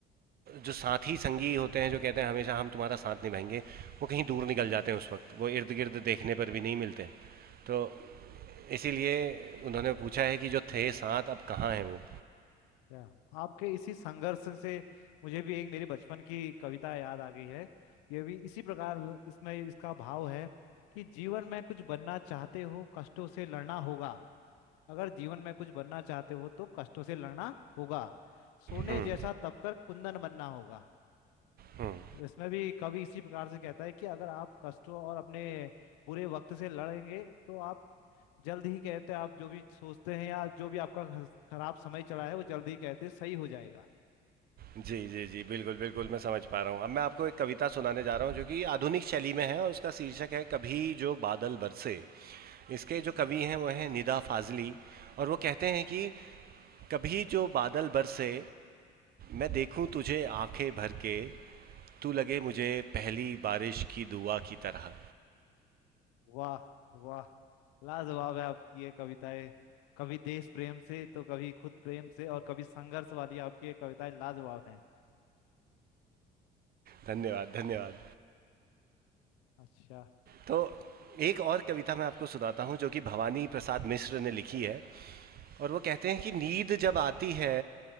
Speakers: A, on the right (about 50°); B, on the left (about 85°).
A: जो साथी संगी होते हैं जो कहते हैं हमेशा हम तुम्हारा साथ निभाएंगे वो कहीं दूर निकल जाते हैं उस वक्त वो इर्द गिर्द देखने पर भी नहीं मिलते तो इसीलिए उन्होंने पूछा है कि जो थे साथ अब कहाँ हैं वो
B: या आपके इसी संघर्ष से मुझे भी एक मेरी बचपन की कविता याद आ गई है ये भी इसी प्रकार इसमें इसका भाव है कि जीवन में कुछ बनना चाहते हो कष्टों से लड़ना होगा अगर जीवन में कुछ बनना चाहते हो तो कष्टों से लड़ना होगा सोने
A: हम्म
B: जैसा तपकर कुंदन बनना होगा
A: हम्म
B: इसमें भी कवि इसी प्रकार से कहता है कि अगर आप कष्टों और अपने बुरे वक्त से लड़ेंगे तो आप जल्द ही कहते हैं आप जो भी सोचते हैं या जो भी आपका खस- खराब समय चला है वो जल्द ही कहते हैं सही हो जाएगा
A: जी जी जी बिल्कुल बिल्कुल मैं समझ पा रहा हूँ अब मैं आपको एक कविता सुनाने जा रहा हूँ जो कि आधुनिक शैली में है और उसका शीर्षक है कभी जो बादल बरसे इसके जो कवि हैं वो हैं निदा फाजली और वो कहते हैं कि कभी जो बादल बरसे मैं देखूं तुझे आंखें भर के तू लगे मुझे पहली बारिश की दुआ की तरह
B: वाह वाह लाजवाब है आपकी ये कविताएं कभी देश प्रेम से तो कभी खुद प्रेम से और कभी संघर्ष वाली आपकी ये कविताएं लाजवाब हैं
A: धन्यवाद धन्यवाद
B: अच्छा
A: तो एक और कविता मैं आपको सुनाता हूँ जो कि भवानी प्रसाद मिश्र ने लिखी है और वो कहते हैं कि नींद जब आती है